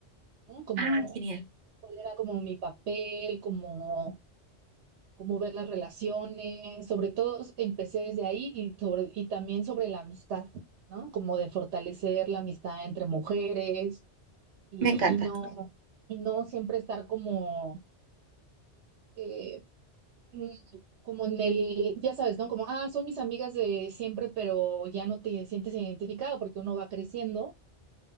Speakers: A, on the right; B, on the right.
A: ¿no? Como
B: Ah, genial.
A: cuál era como mi papel, como cómo ver las relaciones, sobre todo empecé desde ahí y, sobre, y también sobre la amistad, ¿no? Como de fortalecer la amistad entre mujeres y,
B: Me encanta.
A: y no, y no siempre estar como, eh, mm, como en el, ya sabes, ¿no? Como, ah, son mis amigas de siempre, pero ya no te sientes identificado porque uno va creciendo